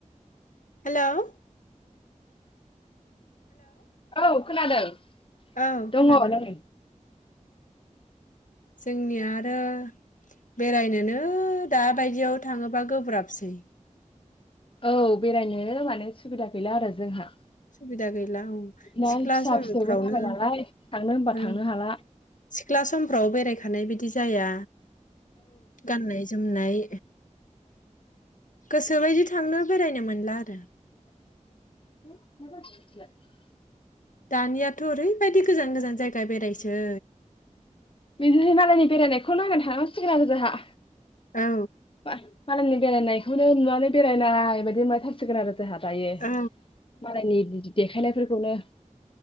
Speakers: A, on the left; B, on the left.
A: हेल'
B: औ खोनादों
A: औ
B: दङ
A: खोनादों
B: नै
A: जोंनिया आरो बेरायनोनो दाबायदियाव थाङोबा गोब्राबसै
B: औ बेरायनो माने सुबिदा गैला आरो जोंहा
A: सुबिदा ग
B: दा
A: सिख्ला
B: फिसा
A: समफ्रावनो
B: फिसौबो जाबाय नालाय थांनो होनबा थांनो हाला
A: सिख्ला समफ्राव बेरायखानाय बिदि जाया गाननाय <unintelligible> जोमनाय गोसोबायदि थांनो बेरायनो मोन आरो
B: <inaudible>
A: दानियाथ' ओरैबायदि गोजान गोजान जायगा बेरायसै
B: बिदिनो मालायनि बेरायनायखौ नायनानै थानांसिगोन आरो जोंहा
A: औ
B: बा मालायनि बेरायनायखौनो नुनानै बेरायनाय बायदि नबायथारसिगोन आरो जोंहा दायो
A: औ
B: मालायनि बि देखायनायफोरखौनो